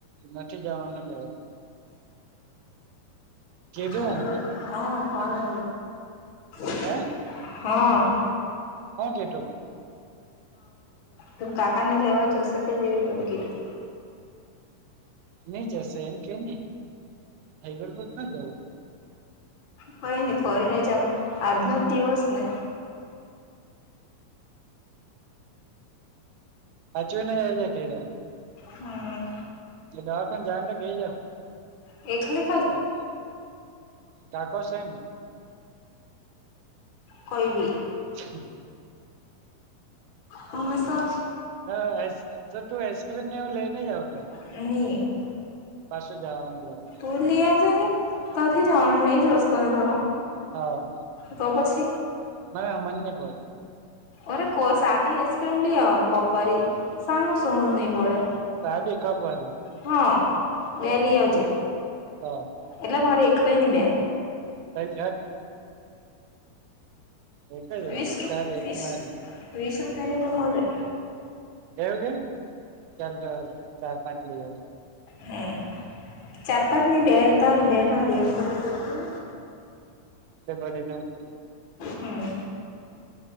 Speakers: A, on the right; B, on the left.
A: નથી જવાનું લેવાનું? કીધું
B: એ
A: હું
B: હા ફને <inaudible>
A: હે?
B: હા.
A: શું કિધું?
B: હ કાકાને લેવા જશે જેવી તમે કિધું
A: નઈ જશે એમ કે નહી હૈબરપર ના જવા.?
B: કોઈ નહી ફને જમ આજનો જ દિવસ ને.?
A: હાચવી ને જાજે ઘેર.
B: હમ.
A: એ દવાખાને જાય તો કે જે.
B: એટલે?
A: બર કાકો છે?
B: કોઈ બી.
A: હ. <inaudible>
B: હમે સા
A: હ આ તો તું આઈસક્રીમનેવું લઈને જાઉ તો.
B: <inaudible>
A: પાછા જવાનું લેવા.
B: તુ લેઇ આવજે ને કાથી જાવાના નહી જસ્તો ને તાર.
A: હા.
B: તો પછે.
A: મે હ મને બોલ?
B: અરે કોઈ સાદી આઈસ્ક્રીમ લઈ આવવાનું કપારી સાનો સમજ નહીં પડે.?
A: સા દે એકપારી
B: હા બેલીઓજે
A: હા.
B: એટલે મારી એકલી ની બે.
A: તઈ ઘટ. <inaudible> એક જ
B: વીસ
A: ઓલી
B: રૂપ
A: તારી એક
B: વીસ
A: મારી
B: વીસ રૂપિયાની તમા તમાડ
A: એવું કે ચાલ તો ચાર પાંચ લિયો.
B: હમ ચાર પાચ ની બે તારી બે મારી એમ કરવાનું.
A: બરી નમક.
B: હમ.